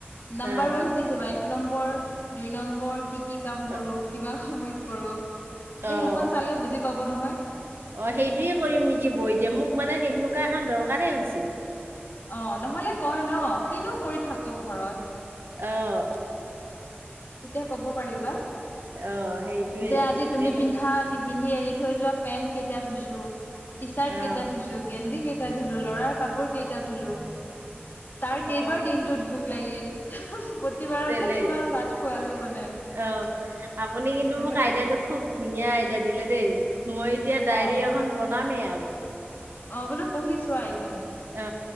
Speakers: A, on the left (about 50°); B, on the right (about 60°).
A: নাম্বাৰ
B: অ',
A: ৱাইজ দি যাবা এক নম্বৰ দুই নম্বৰ কি কি কাম কৰো,
B: অ',
A: কিমান সময়ত কৰো, তে
B: অ'।
A: সেইখন চালে বুজি পাব নহয়।
B: অ সেইটোৱে কৰিম নেকি বৈ। এতিয়া মোক মানে সেনেকুৱা এখন দৰকাৰেই হৈছি।
A: অ নহলে কয় ন কিনো কৰি থাক' ঘৰত?
B: অহ।
A: এতিয়া কব পাৰিবা
B: অ', সেইটোয়ে
A: যে আজি তুমি
B: তেনে
A: পিন্ধা তিপিন্ধি এৰি থৈ যোৱা পেন্ট কেইটা ধুইছোঁ, টি চাৰ্ট
B: অ',
A: কেইটা ধুইছোঁ, গেঞ্জি কেইটা ধো- ল'ৰাৰ কাপোৰ কেইটা ধুলো। তাৰ কেইবাৰ
B: অ',
A: দিনটোত ভোক লাগিল। প্ৰতিবাৰতে
B: তেনে
A: কিমান ভাত খোৱালো মানে
B: অ আপুনি কিন্তু
A: তেনেকুৱা
B: মোক আইডিয়াটো
A: আৰু
B: খুব ধুনীয়া আইডিয়া দিলে দেই। মই এতিয়া ডায়েৰী
A: অ
B: এখন বনামেই আৰ।
A: অ বোলো পঢ়ি চোৱা এইখিনি
B: অ